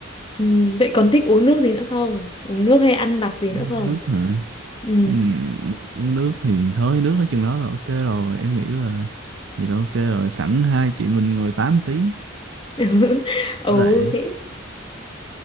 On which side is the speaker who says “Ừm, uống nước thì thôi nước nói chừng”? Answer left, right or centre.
Right